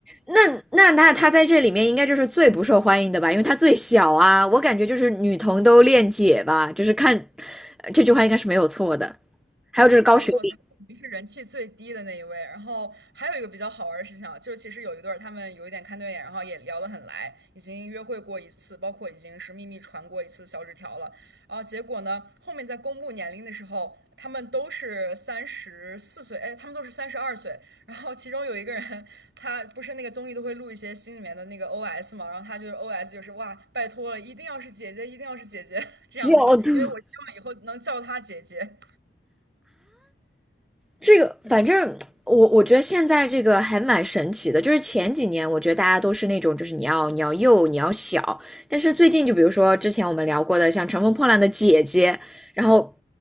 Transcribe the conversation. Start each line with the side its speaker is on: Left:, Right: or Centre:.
Centre: 那那那他在这里面应该就是最不受欢迎的吧，因为他最小啊。我感觉就是女同都恋姐吧，就是看呃这句话应该是没有错的。还有就是高学历，
Right: 没错，他肯定是人气最低的那一位。然后还有一个比较好玩的事情啊，就是其实有一对儿他们有一点看对眼，然后也聊得很来，已经约会过一次，包括已经是秘密传过一次小纸条了。然后结果呢，后面在公布年龄的时候，他们都是三十四岁，哎，他们都是三十二岁。然后其中有一个人，他不是那个综艺都会录一些心里面的那个 OS 嘛，然后他就是 OS 就是哇，拜托了，一定要是姐姐，一定要是姐姐 <laughs> 这样子，
Centre: 小度。
Right: 因为我希望以后能叫她姐姐。
Centre: 这个反正我我觉得现在这个还蛮神奇的，就是前几年我觉得大家都是那种就是你要你要幼你要小，但是最近就比如说之前我们聊过的像《乘风破浪的姐姐》，然后